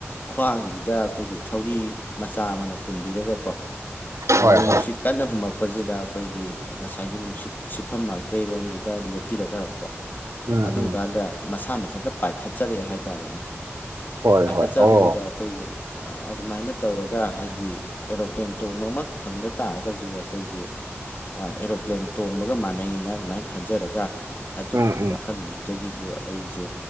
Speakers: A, on the left; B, on the right.
A: ꯈ꯭ꯋꯥꯡꯁꯤꯗ ꯑꯩꯈꯣꯏꯒꯤ ꯊꯧꯔꯤ ꯃꯆꯥ ꯑꯃꯅ ꯄꯨꯟꯕꯤꯔꯒꯀꯣ ꯅꯣꯡꯂꯩ
B: ꯍꯣꯏ ꯍꯣꯏ
A: ꯅꯨꯡꯁꯤꯠ ꯀꯟꯅ ꯍꯨꯝꯃꯛꯄꯁꯤꯗ ꯑꯩꯈꯣꯏꯒꯤ ꯉꯁꯥꯏꯒꯤ ꯅꯨꯡꯁꯤꯠ ꯁꯤꯠꯐꯝ ꯃꯥꯏꯀꯩꯔꯣꯝꯁꯤꯗ ꯂꯦꯞꯄꯤꯔꯒ ꯀꯣ
B: ꯎꯝ
A: ꯑꯗꯨꯝ
B: ꯎꯝ
A: ꯀꯥꯟꯗ ꯃꯁꯥ ꯃꯊꯟꯇ ꯄꯥꯏꯈꯠꯆꯔꯛꯑꯦ ꯍꯥꯏꯇꯥꯔꯦꯅꯦ꯫
B: ꯍꯣꯏ
A: ꯄꯥꯏꯈꯠꯆꯕꯁꯤꯗ
B: ꯍꯣꯏ ꯑꯣ
A: ꯑꯩꯈꯣꯏꯒꯤ ꯑꯗꯨꯃꯥꯏꯅ ꯇꯧꯔꯒ ꯍꯥꯏꯗꯤ꯫ ꯑꯦꯔꯣꯄ꯭ꯂꯦꯟ ꯇꯣꯡꯕꯃꯥꯛ ꯐꯪꯗ ꯇꯥꯔꯒꯁꯨ ꯑꯩꯈꯣꯏꯒꯤ꯫ ꯑ ꯑꯦꯔꯣꯄ꯭ꯂꯦꯟ ꯇꯣꯡꯕꯒ ꯃꯥꯟꯅꯩꯅ ꯑꯗꯨꯃꯥꯏꯅ ꯈꯟꯖꯔꯒ ꯑꯗꯨꯒꯤ
B: ꯎꯝ ꯎꯝ
A: ꯋꯥꯈꯜꯂꯣꯟꯗꯨꯗꯒꯤꯁꯨ ꯑꯩꯁꯦ